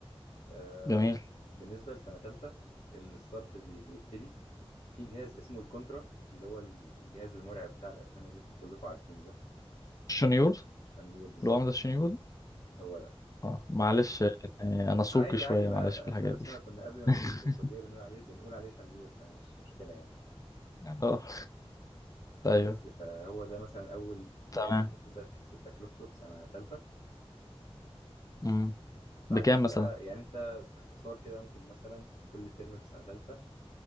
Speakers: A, on the left; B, on the left.
A: آه،
B: جميل
A: بالنسبه لسنه تالتة الصرف بي- بيبتدي في جهاز اسمه الكونترا اللي هو الجهاز المرعب بتاع الاسنان اللي انتوا كلكم عارفينه ده
B: الشنيور اللي
A: عشان يور بالظبط
B: هو عامل زي الشنيور ده
A: هو
B: اه معلش يعني انا سوقي
A: عادي
B: شوية
A: عادي ما
B: معلش في
A: احنا
B: الحاجات
A: نفسنا
B: دي
A: كنا قبل ما
B: <laughs>
A: نخش الكليه بنقول عليه بنقول عليه شنيور فمش مشكله يعني
B: اه ايوه
A: بس فهو ده مثلا اول
B: تمام
A: جهاز انت بتبدا تحس بتكلفته في سنه ثالثه
B: مم.
A: بعدين
B: بكام مثلا
A: بقى يعني انت باختصار كده ممكن مثلا كل ترم في سنه ثالثه